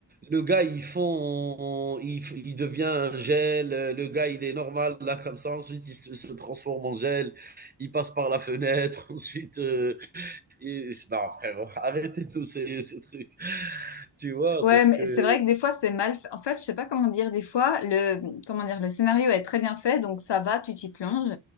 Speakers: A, on the right; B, on the left.
A: le gars, ils font, il, f- il devient un gel. euh, Le gars, il est normal là comme ça. Ensuite, il se, se transforme en gel. Il passe par la fenêtre. <laughs> Ensuite, euh, il- non frérot, <laughs> arrêtez tous ces, ces trucs. Tu vois,
B: Ouais,
A: donc
B: mais
A: euh,
B: c'est vrai que des fois c'est mal fait. En fait, je sais pas comment dire. Des fois, le comment dire, le scénario est très bien fait, donc ça va, tu t'y plonges.